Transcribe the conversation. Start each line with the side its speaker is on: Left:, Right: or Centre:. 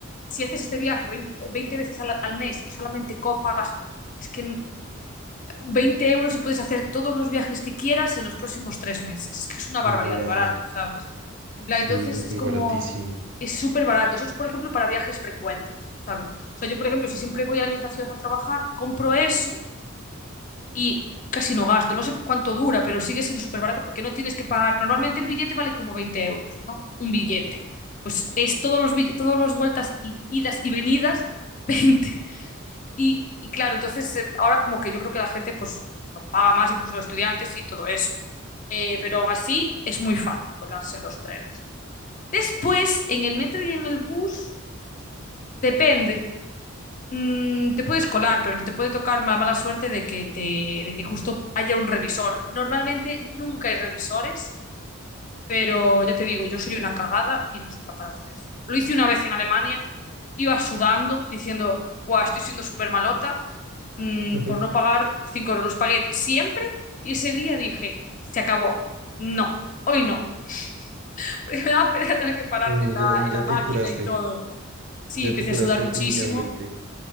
Left: si haces este viaje 20 20 veces al, al, mes y solamente co pagas, es que 20 euros y puedes hacer todos los viajes que quieras en los próximos tres meses. Es que es una barbaridad
Right: Wow,
Left: de barato, ¿sabes? En plan,
Right: sí,
Left: entonces
Right: súper
Left: es como,
Right: baratísimo.
Left: es súper barato. Eso es, por ejemplo, para viajes frecuentes, ¿sabes? O sea, yo, por ejemplo, si siempre voy a la misma ciudad a trabajar, compro eso y casi no gasto. No sé cuánto dura, pero sigue siendo súper barato porque no tienes que pagar. Normalmente el billete vale como 20 euros, ¿no? Un billete. Pues es todos los billetes, todas las vueltas y idas y venidas, <laughs> veinte Y, y claro, entonces eh, ahora como que yo creo que la gente pues lo paga más, incluso los estudiantes y todo eso. Eh, pero aún así es muy fácil colarse en los trenes. Después, en el metro y en el bus, depende. Mm, te puedes colar, pero te puede tocar la mala suerte de que, te, de que justo haya un revisor. Normalmente nunca hay revisores, pero ya te digo, yo soy una cagada y no soy capaz de hacer eso. Lo hice una vez en Alemania, iba sudando, diciendo, Buah, estoy siendo súper malota mm,
Right: <laughs>
Left: por no pagar 5 euros. Los pagué siempre y ese día dije, se acabó. No, hoy no. <laughs> Porque me daba pereza tener que pararme
Right: Mm,
Left: en la,
Right: Ya,
Left: en
Right: ya
Left: la
Right: te
Left: máquina
Right: curaste,
Left: y todo. Sí,
Right: ya
Left: empecé
Right: te curaste
Left: a sudar
Right: definitivamente.
Left: muchísimo.